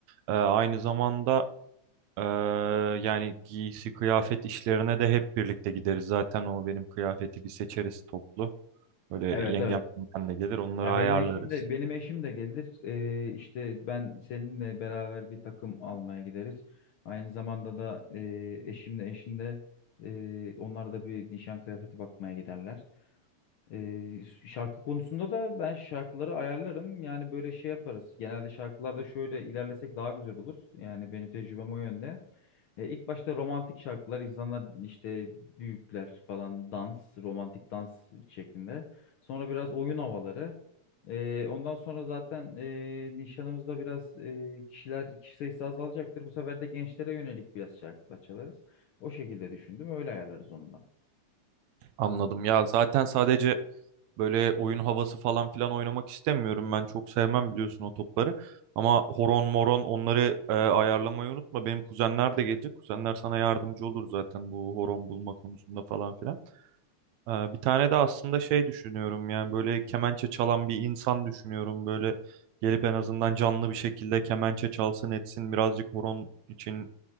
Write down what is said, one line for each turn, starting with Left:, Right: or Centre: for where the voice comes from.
Right: Ee, aynı zamanda ee, yani giysi, kıyafet işlerine de hep birlikte gideriz. Zaten o benim kıyafeti bir seçeriz toplu. Böyle
Left: Evet
Right: yengem
Left: evet.
Right: ben de gelir, onları
Left: Ya
Right: ayarlarız.
Left: benim eşim de benim eşim de gelir. E, işte ben seninle beraber bir takım almaya gideriz. Aynı zamanda da e, eşim de eşin de e, onlar da bir nişan kıyafeti bakmaya giderler. Ee, şarkı konusunda da ben şarkıları ayarlarım. Yani böyle şey yaparız. Genelde şarkılarda şöyle ilerlesek daha güzel olur. Yani benim tecrübem o yönde. E, ilk başta romantik şarkılar, insanlar işte büyükler falan dans, romantik dans şeklinde. Sonra biraz oyun havaları. E, ondan sonra zaten e, nişanımızda biraz e, kişiler, kişi sayısı azalacaktır. Bu sefer de gençlere yönelik biraz şarkılar çalarız. O şekilde düşündüm. Öyle ayarlarız onu da.
Right: Anladım. Ya zaten sadece Böyle oyun havası falan filan oynamak istemiyorum. Ben çok sevmem biliyorsun o topları. Ama horon moron onları e, ayarlamayı unutma. Benim kuzenler de gelecek. Kuzenler sana yardımcı olur zaten bu horon bulma konusunda falan filan. E, bir tane de aslında şey düşünüyorum yani böyle kemençe çalan bir insan düşünüyorum. Böyle gelip en azından canlı bir şekilde kemençe çalsın etsin birazcık horon için